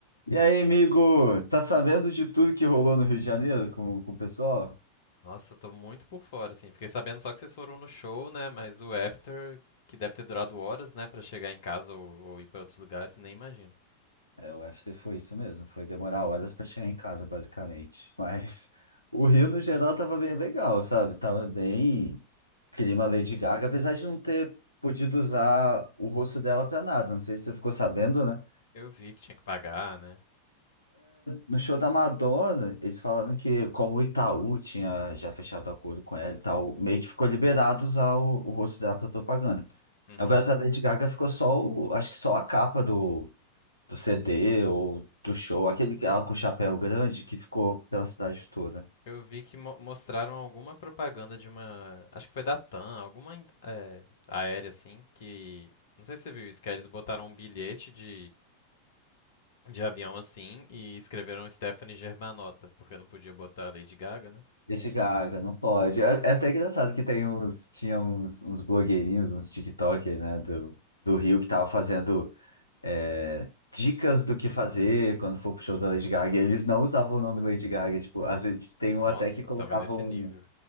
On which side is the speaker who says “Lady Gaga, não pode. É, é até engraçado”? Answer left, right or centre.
Left